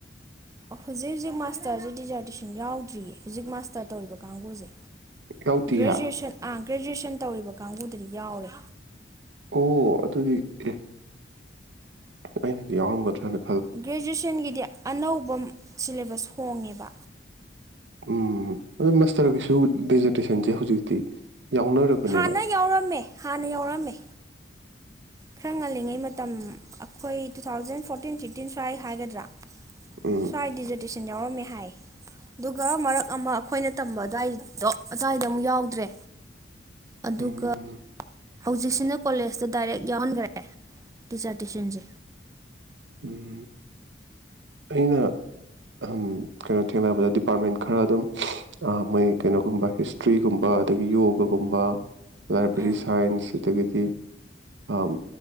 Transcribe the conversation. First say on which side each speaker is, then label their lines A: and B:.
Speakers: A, on the right; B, on the right.
A: ꯍꯧꯖꯤꯛ ꯍꯧꯖꯤꯛ ꯃꯥꯁꯇꯔꯁꯦ ꯗꯤꯖꯥꯔꯇꯦꯁꯟ ꯌꯥꯎꯗ꯭ꯔꯤꯌꯦ ꯍꯧꯖꯤꯛ ꯃꯥꯁꯇꯔ ꯇꯧꯔꯤꯕ ꯀꯥꯡꯕꯨꯁꯦ
B: ꯌꯥꯎꯗꯤꯌꯦ
A: ꯭ꯔꯦꯖꯨꯋꯌꯦꯁꯟ ꯑ ꯒ꯭ꯔꯦꯖꯨꯑꯌꯦꯁꯟ ꯇꯧꯔꯤꯕ ꯀꯥꯡꯕꯨꯗꯗꯤ ꯌꯥꯎꯔꯦ
B: ꯑꯣ ꯑꯗꯨꯗꯤ ꯑꯦ ꯑꯩꯅꯗꯤ ꯌꯥꯎꯔꯝꯒꯗ꯭ꯔꯥꯅ
A: ꯒ꯭ꯔꯦꯖꯨꯋꯦꯁꯟꯒꯤꯗꯤ ꯑꯅꯧꯕ ꯁꯤꯂꯦꯕꯁ ꯑꯣꯏ ꯍꯣꯡꯉꯤꯕ
B: ꯎꯝ ꯑꯗꯨ ꯃꯁꯇꯔꯒꯤꯁꯨ ꯗꯤꯖꯤꯇꯦꯁꯟꯁꯦ ꯍꯧꯖꯤꯛꯇꯤ ꯌꯥꯎꯅꯔꯕꯅꯦꯕ
A: ꯍꯥꯟꯅ ꯌꯥꯎꯔꯝꯃꯦ ꯍꯥꯟꯅ ꯌꯥꯎꯔꯝꯃꯦ ꯈꯔ ꯉꯜꯂꯤꯉꯩ ꯃꯇꯝ ꯑꯩꯈꯣꯏ ꯇꯨ ꯊꯥꯎꯖꯟ ꯐꯣꯔꯇꯤꯟ ꯐꯤꯐꯇꯤꯟ ꯁ꯭ꯋꯥꯏ ꯍꯥꯏꯒꯗ꯭ꯅꯔꯥ
B: ꯎꯝ
A: ꯁꯥꯏꯗꯤꯖꯁ ꯁꯤꯖ ꯃꯦꯍꯥꯏ ꯑꯗꯨꯒ ꯃꯔꯛ ꯑꯃ ꯑꯩꯈꯣꯏꯅ ꯇꯝꯕ ꯑꯗꯨꯋꯥꯏꯗꯣ ꯑꯗꯨꯋꯥꯏꯗ ꯑꯃꯨꯛ ꯌꯥꯎꯗ꯭ꯔꯦ ꯑꯗꯨꯒ
B: ꯎꯝ
A: ꯍꯧꯖꯤꯛꯁꯤꯅ ꯀꯣꯂꯦꯖꯇ ꯗꯥꯏꯔꯦꯛ ꯌꯥꯎꯍꯟꯈ꯭ꯔꯦ ꯇꯤꯆꯔꯇꯨꯋꯁꯟꯁꯦ
B: ꯎꯝ ꯑꯩꯅ ꯑꯍꯝ ꯀꯩꯅꯣ ꯊꯦꯡꯅꯕꯗ ꯗꯤꯄꯥꯔꯠꯃꯦꯟ ꯈꯔ ꯑꯗꯨꯝ ꯃꯣꯏ ꯀꯩꯅꯣꯒꯨꯝꯕ ꯍꯤꯁꯇ꯭ꯔꯤꯒꯨꯝꯕ ꯑꯗꯒꯤ ꯌꯣꯒꯒꯨꯝꯕ ꯂꯥꯏꯕ꯭ꯔꯦꯔꯤ
A: ꯎꯝ
B: ꯁꯥꯏꯟꯁ ꯑꯗꯒꯤ ꯑꯝ